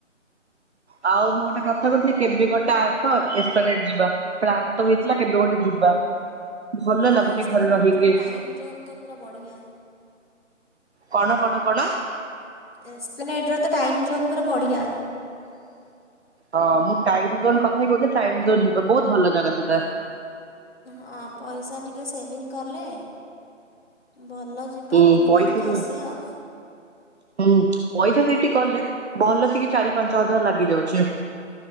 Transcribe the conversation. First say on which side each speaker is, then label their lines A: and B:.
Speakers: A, on the right; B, on the left.
A: ଆଉ ମୁଁ ଗୋଟେ କଥା କହୁଥିଲି କେବେ ଗୋଟେ ଆସ ଏ ସ୍ପ୍ଲାନେଡ୍ ଯିବା ପ୍ଲାନ୍ ତ ହେଇଥିଲା କେବେ ଗୋଟେ ଯିବା ଭଲ
B: ହଁ
A: ଲାଗୁନି
B: ଏସ୍ପ୍ଲାନେଟ୍ର
A: ଘରେ ରହିକି
B: ଟାଇମ୍ ଜୋନ୍ ତ ପୁରା ବଢ଼ିଆ
A: କଣ କଣ କଣ
B: ଏକ୍ସପ୍ଲେନେଡ଼ର ତ ଟାଇମ୍ ଜୋନ୍ ପୁରା ବଢ଼ିଆ
A: ହଁ ମୁଁ ଟାଇମ ଜୋନ କଥା କହୁଥିଲି ଟାଇମ ଜୋନ୍ ଯିବା ବହୁତ ଭଲ ଜାଗା ସେଇଟା
B: ହଁ ପଇସା ଟିକେ ସେଭିଙ୍ଗ କଲେ ଭଲ ଯି
A: ହୁଁ
B: ବା ବୁଲିବାଲିକି
A: ପଇସା ତ
B: ଆସିବା
A: ଲା
B: ଆଉ।
A: ହୁଁ ପଇସା ସେଇଠି କଲେ ଭଲ ସେକି ଚାରି ପାଞ୍ଚ ହଜାର ଲାଗି ଯାଉଛି।